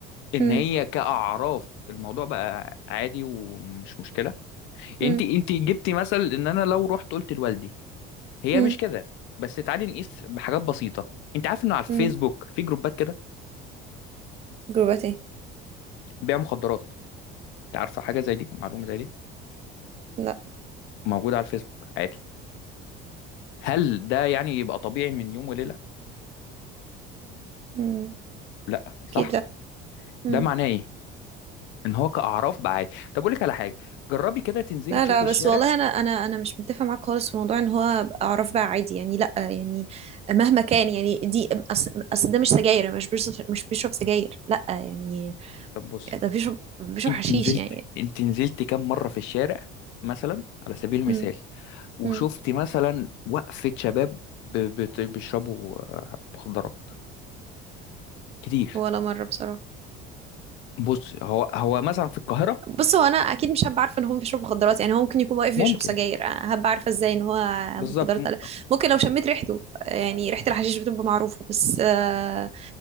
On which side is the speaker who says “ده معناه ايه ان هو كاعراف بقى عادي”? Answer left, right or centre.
Left